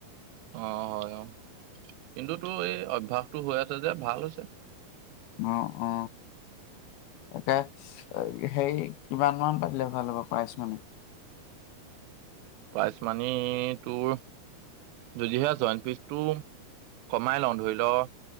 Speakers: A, on the right; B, on the left.
A: আহ হয় অ। কিন্তুটো এই অভ্যাসটো হৈ আছে। ভাল হৈছে।
B: অ অ তাকে সেই কিমান মান পাতিলে ভাল হ'ব প্ৰাইজ মানি। <unintelligible>
A: প্ৰাইজ মানি তোৰ যদিহে জইণ্ট ফিজটো কমাই লওঁ ধৰি লও-